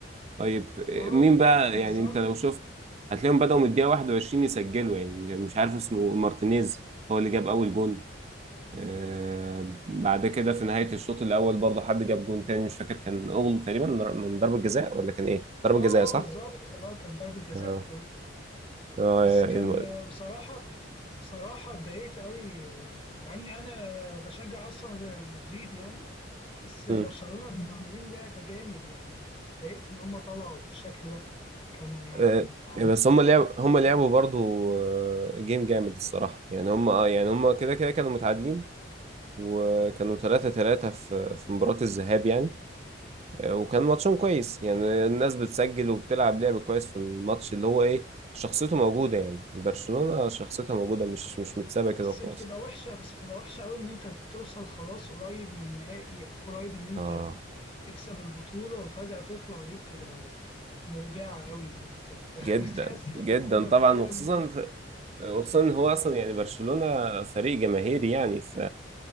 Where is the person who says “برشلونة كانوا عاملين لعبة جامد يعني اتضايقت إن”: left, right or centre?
Left